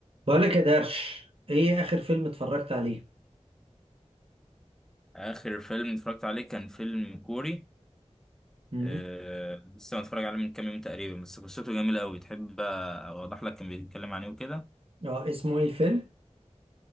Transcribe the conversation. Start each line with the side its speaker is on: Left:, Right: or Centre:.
Right: بقولك يا درش ايه اخر فيلم اتفرجت عليه
Centre: آخر فيلم اتفرجت عليه كان فيلم كوري
Right: مم.
Centre: آه لسه متفرج عليه من كام يوم تقريبا بس قصته جميلة أوي تحب أوضح لك كان بيتكلم عن إيه وكده
Right: اه اسمه ايه الفيلم